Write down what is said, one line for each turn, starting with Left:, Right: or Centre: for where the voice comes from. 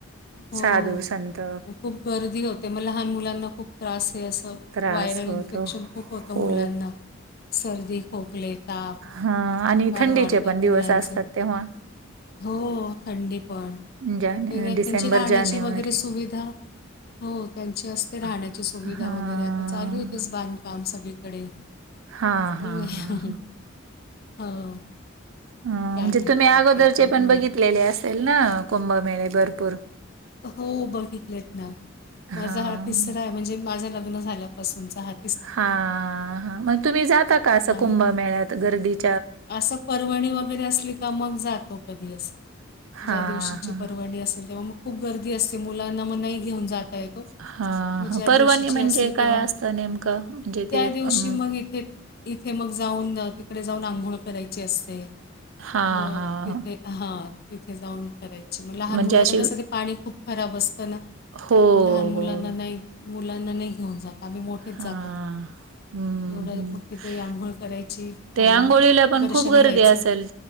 Left: हो,
Right: साधू संत.
Left: खूप गर्दी होती. मग लहान मुलांना खूप त्रास आहे असं
Right: त्रास
Left: वायरल
Right: होतो
Left: इन्फेक्शन खूप होतं
Right: हो
Left: मुलांना. सर्दी, खोकल, ताप,
Right: हा आणि
Left: फार
Right: थंडीचे
Left: वाढतात
Right: पण दिवस
Left: मुलांचे.
Right: असतात तेव्हा.
Left: हो, थंडी पण
Right: जाने
Left: त्यांची
Right: डिसेंबर,
Left: राहण्याची,
Right: जानेवारी.
Left: वगैरे सुविधा? हो त्यांची असते राहण्याची
Right: हां.
Left: सुविधा वगैरे आता चालू येच बांध काम सगळीकडे
Right: हां,
Left: चालू
Right: हां,
Left: आहे
Right: हां,
Left: हो <inaudible>
Right: ह म्हणजे
Left: काय म्हणता
Right: तुम्ही अगोदरचे
Left: बाकी आता
Right: पण
Left: मुल
Right: बघितलेले असेल ना कुंभमेळे भरपूर?
Left: हो बघितलेत ना
Right: हां.
Left: माझा हा तिसरा आहे म्हणजे, माझं लग्न झाल्यापासूनचा हात.
Right: हा हा, मग तुम्ही जाता का असं
Left: आहे.
Right: कुंभ, मेळ्यात गर्दीतं.
Left: असं परर्वणी, वगैरे असली, का मग जातो कधी असं.
Right: हां,
Left: ज्या दिवशीची
Right: हां.
Left: परवणी असेल, तेव्हा मग खूप गर्दी असते मुलांना, मग नाही घेऊन जात. येतो
Right: हां,
Left: मग
Right: हां.
Left: ज्या
Right: पर्वणी
Left: दिवशीची
Right: म्हणजे
Left: असेल,
Right: काय
Left: तेव्हा
Right: असतं नेमकं? म्हणजे
Left: त्या
Right: ते अं,
Left: दिवशी मग इथे इथे मग जाऊन तिकडे जाऊन आंघोळ, करायची असते
Right: हां,
Left: मग
Right: हां.
Left: तिथे हा तिथे जाऊनं. करायची मग लहान,
Right: म्हणजे
Left: मुलांना
Right: अशी
Left: कसं ते पाणी खूप खराब असतं ना
Right: हो,
Left: मग लहान, मुलांना
Right: हो.
Left: नाही. मुलांना नाही घेऊन जात आम्ही मोठ तेच
Right: हां.
Left: जात मग
Right: हं, हं.
Left: तिथे आंघोळ करायची.
Right: ते
Left: आणि
Right: आंघोळीला
Left: मग
Right: पण
Left: दर्शन
Right: खूप गर्दी
Left: घ्यायचं
Right: असेल